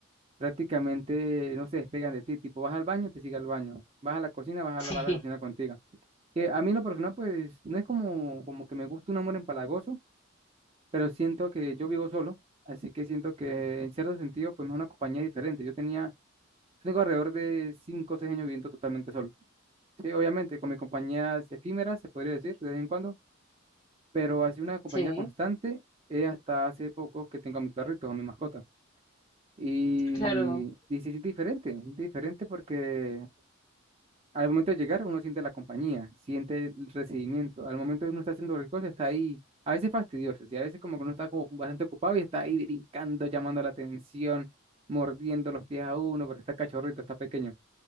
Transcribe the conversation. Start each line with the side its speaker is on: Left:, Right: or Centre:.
Right: prácticamente no se despegan de ti, tipo vas al baño, te sigue al baño, vas a la cocina, vas a
Left: <laughs>
Right: la, va a la cocina
Left: sí,
Right: contigo. Que a mí en lo personal pues no es como, como que me gusta un amor empalagoso, pero siento que yo vivo solo, así que siento que en cierto sentido pues me es una compañía diferente. Yo tenía, tengo alrededor de 5 o 6 años viviendo totalmente solo. Sí, obviamente con mis compañías efímeras, se podría decir, de vez en cuando pero así una compañía
Left: sí,
Right: constante es hasta hace poco que tengo a mi perrito, a mi mascota. Y,
Left: claro.
Right: y se siente diferente, se siente diferente porque al momento de llegar uno siente la compañía, siente el recibimiento, al momento de uno está haciendo cualquier cosa está ahí, a veces fastidioso, y a veces como que uno está como bastante ocupado y está ahí brincando, llamando la atención, mordiendo los pies a uno porque está cachorrito, está pequeño.